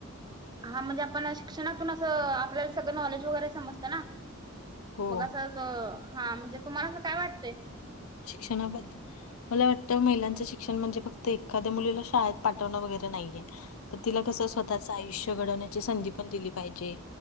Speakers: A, on the right; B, on the left.
A: हा म्हणजे आपण शिक्षणातून असं आपल्याला सगळं नॉलेज वगैरे समजत ना.
B: हो
A: मग असं त हा म्हणजे तुम्हाला असं काय वाटतय.
B: शिक्षणा बद्दल. मला वाटतं महिलांचं शिक्षण म्हणजे, फक्त एखाद्या मुलीला शाळेत पाठवणं वगैरे नाहीये. तर तिला तसं स्वतःचं आयुष्य घडवण्याची संधी पण दिली पाहिजे.